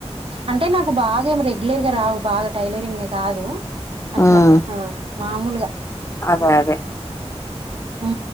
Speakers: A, on the right (about 55°); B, on the left (about 25°).
A: అంటే నాకు బాగా ఏం రెగ్యులర్ గా రావు బాగా టైలరింగ్ కాదు అట్లా
B: ఉమ్
A: ఆ మామూలుగా
B: అదే అదే
A: హూ